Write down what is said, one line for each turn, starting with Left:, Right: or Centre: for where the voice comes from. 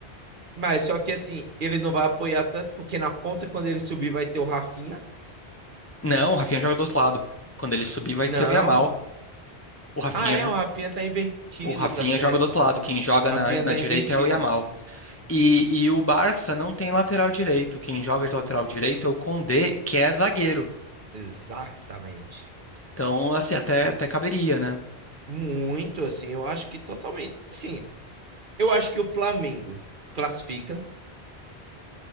Right: mas só que assim, ele não vai apoiar tanto, porque na ponta, quando ele subir, vai ter o Rafinha.
Left: Não, o Rafinha joga do outro lado. Quando ele subir, vai
Right: Não.
Left: ter o Yamal. O Rafinha,
Right: Ah, é,
Left: jo-
Right: o Rafinha tá invertido,
Left: o Rafinha
Right: tá certo.
Left: joga do outro lado. Quem joga
Right: Rafinha
Left: na, na
Right: tá
Left: direita
Right: invertido.
Left: é o Yamal. E, e o Barça não tem lateral direito. Quem joga de lateral direito é o Condé, que é zagueiro.
Right: Exatamente.
Left: Então, assim, até, até caberia, né?
Right: Muito, assim, eu acho que totalmente. Sim, eu acho que o Flamengo classifica,